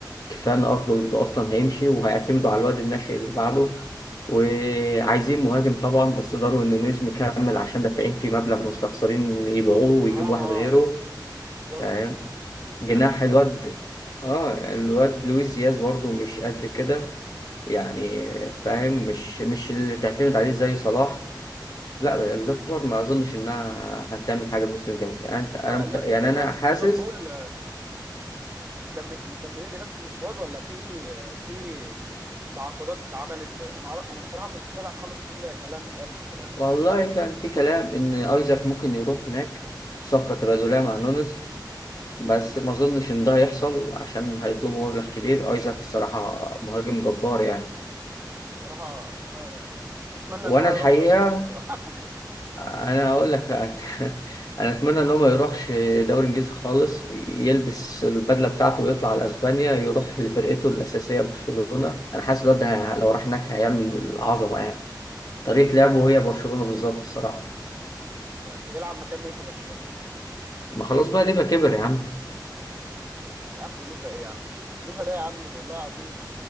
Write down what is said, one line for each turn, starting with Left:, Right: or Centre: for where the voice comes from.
Left: كفايه ان ارنولد اصلا هيمشي وهيعتمدوا على الواد الناشئ اللي بعده وعايزين مهاجم طبعا بس ضروري ان نونيز مكمل عشان دافعين فيه مبلغ مستخسرين يبيعوه ويجيبوا
Right: حرام
Left: واحد
Right: اه
Left: غيره
Right: يعني بالظبط
Left: فاهم جناح
Right: لبسته
Left: الواد
Right: خلاص
Left: اه الواد لويس دياز برضه مش قد كده يعني فاهم مش مش اللي تعتمد عليه زي صلاح لا الليفر ما اظنش انها هتعمل حاجه الموسم الجاي يعني أنت-
Right: هما
Left: انا مت- يعني
Right: ليفر
Left: انا حاسس
Right: ليفربول مكم- مكملين بنفس السكواد ولا في في تعاقدات اتعملت ولا انا معر- انا بصراحه مش متابع خالص اي كلام اتقال حتى الان
Left: والله كان في كلام ان ايزاك ممكن يروح هناك صفقه تبادليه مع نونز بس
Right: امم
Left: ما اظنش ان ده هيحصل عشان هيطلبوا مبلغ كبير ايزاك الصراحه مهاجم جبار يعني
Right: بصراحه اه يعني اتمنى
Left: وانا
Right: ان هو
Left: الحقيقه
Right: يروح الارسنال بصراحه
Left: انا هقول لك <laughs> انا اتمنى ان هو ما يروحش دوري انجليزي خالص يلبس البدله بتاعته ويطلع على اسبانيا يروح لفرقته الاساسيه برشلونه انا حاسس الواد ده ه- لو راح هناك هيعمل عظمه يعني طريقه لعبه هي برشلونه بالظبط الصراحه
Right: <laughs> يلعب مكان مين في برشلونه
Left: ما خلاص بقى ليفا كبر يا عم
Right: يا عم ليفا ايه يا عم ليفا ده يا عم والله العظيم